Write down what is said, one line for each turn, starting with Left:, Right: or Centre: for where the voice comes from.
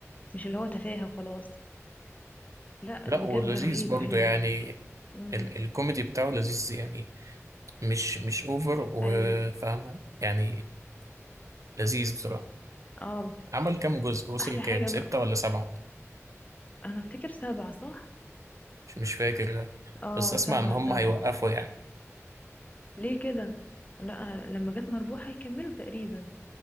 Left: مش اللي هو تفاهة وخلاص لا
Right: لا
Left: بجد
Right: ولذيذ
Left: رهيب
Right: برضه
Left: رهيب
Right: يعني
Left: يعني امم
Right: ال... الكوميدي بتاعه لذيذ يعني مش مش أوفر وفاهمة
Left: ايوه
Right: يعني لذيذ بصراحة
Left: اه
Right: عمل كام جزء وصل
Left: احلى
Right: كام
Left: حاجة
Right: ستة
Left: بقى
Right: ولا سبعة
Left: انا افتكر سبعة صح
Right: مش مش فاكر
Left: اه
Right: بس أسمع
Left: سبعة
Right: إن هم
Left: سبعة
Right: هيوقفوا يعني
Left: ليه كده لا لما جت مربوح هيكملوا تقريبا